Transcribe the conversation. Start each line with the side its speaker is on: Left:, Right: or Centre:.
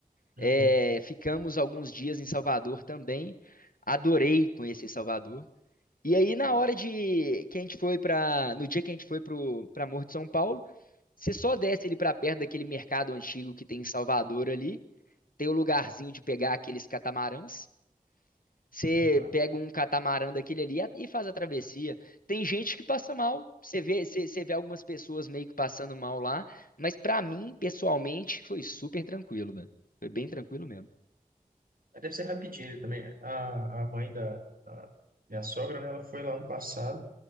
Right: Uhum.
Left: É, Ficamos alguns dias em Salvador também. Adorei conhecer Salvador. E aí, na
Right: Bom.
Left: hora de que a gente foi para, no dia que a gente foi pro para Morro de São Paulo, você só desce ali para perto daquele mercado antigo que tem em Salvador ali, tem o lugarzinho de pegar aqueles catamarãs. Você
Right: Aham.
Left: pega um catamarã daquele ali a- e faz a travessia. Tem gente que passa mal. Você vê, você, você vê algumas pessoas meio que passando mal lá, mas pra mim, pessoalmente, foi super tranquilo, velho. Foi bem tranquilo mesmo.
Right: Deve ser rapidinho também. A, a mãe da a minha sogra, né, ela foi lá no passado